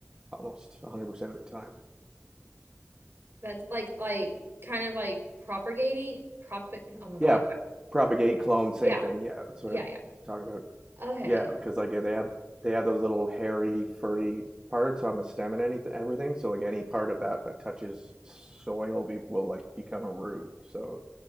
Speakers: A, on the right (about 20°); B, on the right (about 50°).
A: almost 100% of the time.
B: That's like like kind of like propagating prop oh my God.
A: Yeah, propagate, clone, same
B: Yeah.
A: thing. Yeah, that's what
B: Yeah,
A: I'm
B: yeah.
A: talking about.
B: Okay.
A: Yeah, because like yeah, they have they have those little hairy, furry parts on the stem and anything, everything. So like any part of that that touches soil be, will like become a root. So